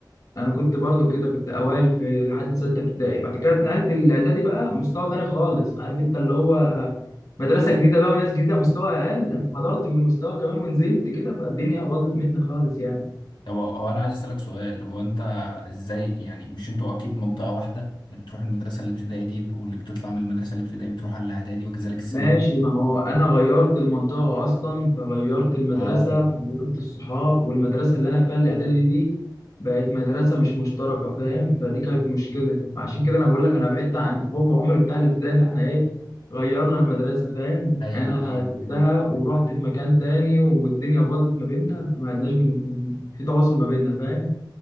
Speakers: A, on the left; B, on the left.
A: انا كنت برضو كده كنت اوائل في لحد سته ابتدائي بعد كده اتنقلت الاعدادي بقى مستوى تاني خالص عارف انت اللي هو مدرسه جديده بقى وناس جديده مستوى اقل انحدرت في المستوى كمان ونزلت كده فالدنيا باظت مني خالص يعني
B: طب هو انا عايز اسألك سؤال هو انت ازاي يعني مش انتوا اكيد منطقة واحدة اللي بتروح المدرسة الابتدائي دي واللي بتطلع من المدرسة الابتدائي بتروح على الاعدادي وكذلك الثانوي
A: ماشي ما هو انا غيرت المنطقه اصلا فغيرت المدرسه
B: اه
A: فغيرت الصحاب والمدرسه اللي انا فيها الاعدادي دي بقت مدرسه مش مشتركه فاهم فدي كانت مشكله عشان كده انا بقول لك انا بعدت عن حب عمري بتاع الابتدائي ان احنا ايه غيرنا المدرسه فاهم
B: ايوه
A: انا
B: ايوه
A: سبتها
B: فهمت
A: ورحت في مكان تاني والدنيا باظت ما بيننا فما عدناش بن... في تواصل ما بيننا فاهم